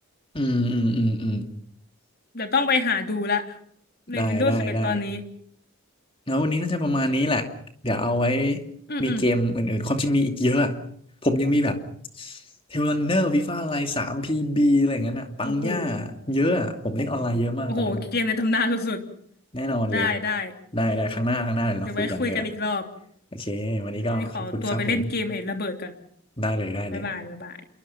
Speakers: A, on the left; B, on the left.
A: อืมอืมอืมอืม
B: เดี๋ยวต้องไปหาดูละใน
A: ได้ได้ได้
B: Windows 11ตอนนี้
A: แล้ววันนี้น่าจะประมาณนี้แหละเดี๋ยวเอาไว้
B: อืมอืม
A: มีเกมอื่นๆความจริงมีอีกเยอะอะผมยังมีแบบเทลรันเนอร์ฟีฟ่าไลน์สามพีบีอะไรอย่างนั้นอะปังย่า
B: โอ้โห
A: เยอะอะผมเล่นออนไลน์เยอะมากตอนนั้นอะ
B: โอ้โหโอ้โห เกมในตำนานสุดๆได้ได้
A: แน่นอนเลยได้ได้ครั้งหน้าครั้งหน้าเดี๋ยวเราคุยกันได้ป่ะ
B: เดี๋ยวไว้คุยกันอีกรอบ
A: โอเควันนี้ก็ขอบคุณครับผม
B: อันนี้ขอตัวไปเล่นเกมไอ้ระเบิดก่อน
A: ได้เลยได้เลย
B: บ๊ายบายบ๊ายบาย